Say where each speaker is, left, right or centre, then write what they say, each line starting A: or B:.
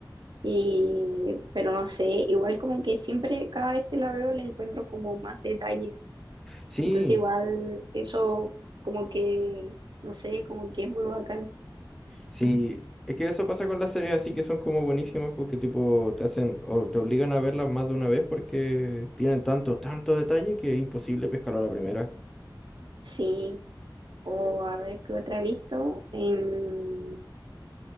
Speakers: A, on the right; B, in the centre.
A: Y, pero no sé, igual como que siempre, cada vez que la veo, le encuentro como más detalles.
B: Sí,
A: Entonces igual eso como que, no sé, como que es muy bacán.
B: sí, es que eso pasa con las series así que son como buenísimas porque tipo te hacen o te obligan a verlas más de una vez porque tienen tanto, tanto detalle que es imposible pescar a la primera.
A: Sí, o a ver qué otra he visto. Em,